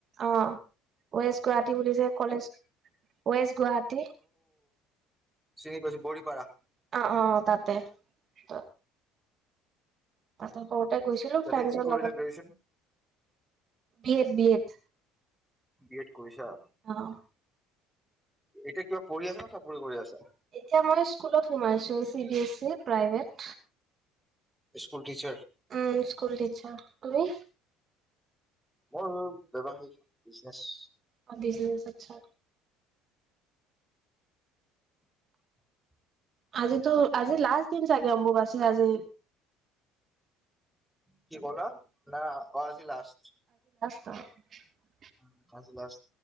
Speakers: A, on the right (about 45°); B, in the centre.
A: অ' গুৱাহাটী বুলি যে কলেজ ৱেষ্ট গুৱাহাটী।
B: ঐই গৈজো বৰিপাৰা।
A: অ' অ' তাতে ত <unintelligible> কৰুতে গৈছিলো
B: তাতে
A: ফ্ৰেণ্ডছৰ
B: কি কৰিলা
A: লগতে।
B: Graduation
A: B Ed, B Ed.
B: B Ed কৰিছা?
A: অ',
B: এতিয়া কিবা পঢ়ি আছা না, চাকৰি কৰি আছা?
A: এতিয়া মই স্কুলত সোমাইছো C B S E private.
B: School teacher.
A: উম, স্কুল টিচাৰ তুমি?
B: মোৰ ব্যৱসায়িক বিজনেচ।
A: অ', বিজনেছ আচ্ছা।
B: <inaudible>
A: আজিতো আজি লাষ্ট দিন চাগে অম্বুবাছীৰ আজি।
B: কি কলা না অ', আজি লাষ্ট।
A: তাৰপিছত।
B: উম, আজি লাষ্ট